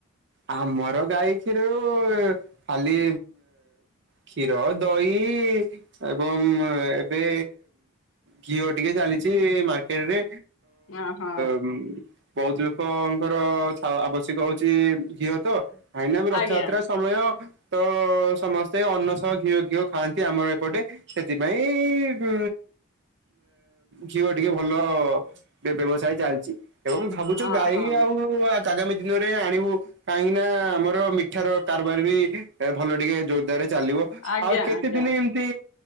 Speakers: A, on the right; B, on the left.
A: ଆମର ଗାଈ କ୍ଷୀରରୁ ଖାଲି କ୍ଷୀର ଦହି ଏବଂ ଏବେ ଘିଅ ଟିକେ ଚାଲିଛି ମାର୍କେଟ ରେ
B: ଓ ହୋ
A: ହୁଁ ବହୁତ ଲୋକଙ୍କର ଆବଶ୍ୟକ ହଉଛି ଘିଅ ତ କାଇହିଁକି ଆମେ ରଥଯାତ୍ରା
B: ଆଜ୍ଞା।
A: ସମୟ ତ ସମସ୍ତେ ଅନ୍ନ ସହ ଘିଅ ଘିଅ ଖାଆନ୍ତି ଆମର ଏପଟେ ସେଥିମାଇଁ ଉ ଝିଅ ଟିକେ ଭଲ ବ୍ୟବସାୟ ଚାଲିଛି ଏବଂ ଭାବୁଛୁ
B: ଓହୋ
A: ଗାଈ ଆଉ ଆଗାମୀ ଦିନରେ ଆଣିବୁ କାହିଁକି ନା ଆମର ମିଠାର କାରବାର ବି ଭଲ ଟିକେ ଜୋରଦାରରେ ଚାଲିବ
B: ଆଜ୍ଞା
A: ଆଉ କେତେ
B: ଆଜ୍ଞା
A: ଦିନ ଏମତି